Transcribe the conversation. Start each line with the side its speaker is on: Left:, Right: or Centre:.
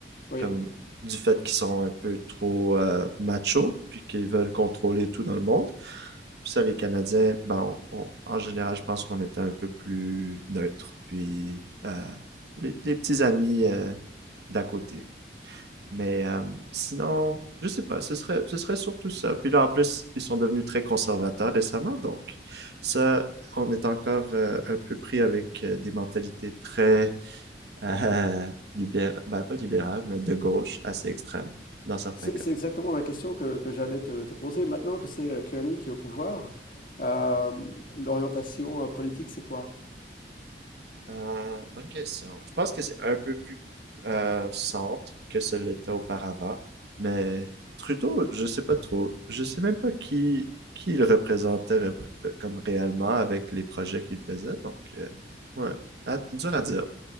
Left: Oui.
Right: comme du fait qu'ils sont un peu trop euh, machos, puis qu'ils veulent contrôler tout dans le monde. Puis ça, les Canadiens, ben, on- on- en général, je pense qu'on était un peu plus neutre. Puis euh, les, les petits amis euh, d'à côté. Mais euh, sinon, je sais pas, ce serait, ce serait surtout ça. Puis là, en plus, ils sont devenus très conservateurs récemment, donc ça, on est encore euh, un peu pris avec euh, des mentalités très <laughs> euh, libérales, ben pas libérales, mais de gauche, assez extrêmes, dans certains
Left: C'est
Right: cas.
Left: c'est exactement la question que, que j'allais te, te poser. Maintenant que c'est euh, Kearney qui est au pouvoir, euh, l'orientation euh, politique, c'est quoi?
Right: Euh, bonne question. Je pense que c'est un peu plus euh, centre que ce l'était auparavant, mais Trudeau, je sais pas trop. Je sais même pas qui, qui il représentait repré- euh, comme réellement avec les projets qu'il faisait, donc euh, ouais, À- dur à dire.